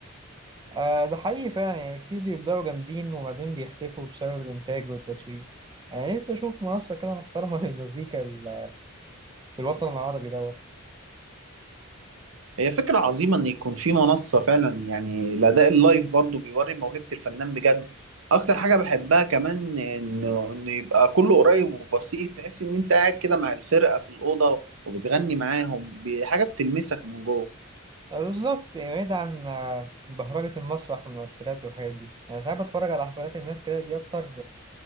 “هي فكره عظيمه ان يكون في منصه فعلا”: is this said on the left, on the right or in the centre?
Right